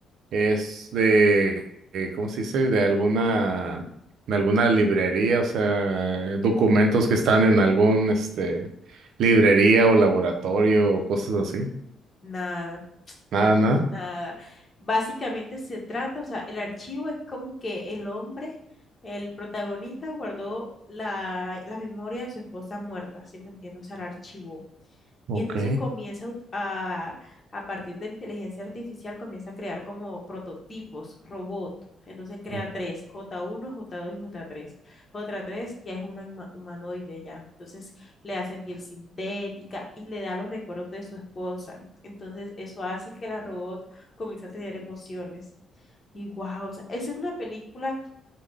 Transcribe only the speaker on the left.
Nada,
na-
nada. Básicamente se trata, o sea, el archivo es como que el hombre, el protagonista guardó la, la memoria de su esposa muerta, ¿sí me entiendes? O sea, la archivó.
Y entonces comienza a, ut- a a partir de la inteligencia artificial, comienza a crear como prototipos, robot. Entonces crea
tres, j uno j dos y j tres j tres ya es un huma- humanoide ya. Entonces le hace piel sintética y le da los recuerdos de su esposa. Entonces eso hace que la robot comience a tener emociones. Y wow, o sea, esa es una película